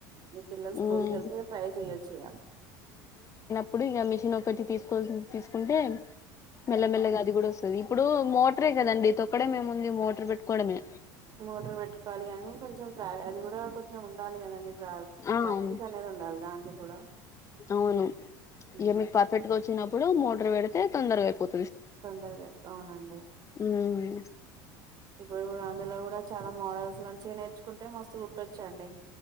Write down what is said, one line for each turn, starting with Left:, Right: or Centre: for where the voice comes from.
Right: నీ పిల్లలు స్కూల్కి
Left: ఉమ్
Right: వెళ్తే ట్రై చెయొచ్చయా ఇగ
Left: ఇప్పుడు ఇక మిషన్ ఒకటి తీసుకోల్సి తీసుకుంటే మెల్లమెల్లగా అది కూడా వస్తు ది ఇప్పుడు మోటరే కదండి తొక్కడం ఏం ఉంది మోటర్ పెట్టుకోవడమే
Right: మోటర్ పెట్టుకోవాలి గానీ కొంచెం ప్ర అది కూడా కొంచెం ఉండాలి కదండి ప్రా
Left: ఆ
Right: ప్రాక్టీస్
Left: అవును
Right: అనేది ఉండాలి దానిది కూడా
Left: అవును
Right: ఉమ్.
Left: ఇగా మీకు పర్ఫెక్ట్ గా వచ్చినప్పుడు మోటర్ పెడితే తొందరగా అయిపోత్
Right: తొందరగా అయిపో అవునండి
Left: ఉమ్.
Right: ఇప్పుడు కూడా అందులో కూడా చాలా మోడల్స్ మంచిగా నేర్చుకుంటే మస్తు కుట్టొచ్చండి